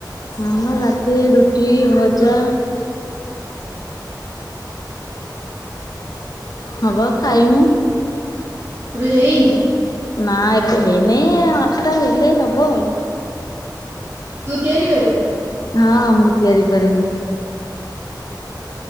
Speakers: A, on the left (about 55°); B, on the right (about 40°).
A: ଆମ ରାତିରେ ରୁଟ୍ ରୁଟି ଭଜା।
B: ଖାଲି।
A: ହବ ଖାଇମୁ।
B: ଏବେ ହେଇନି?
A: ନାଇଁ ଏବେ ହେଇନି ଆଠଟା ହେଲେ ହବ ଆଉ।
B: ତୁ ତିଆରି କରିବୁ ନା?
A: ହଁ ମୁଁ ତିଆରି କରିମି।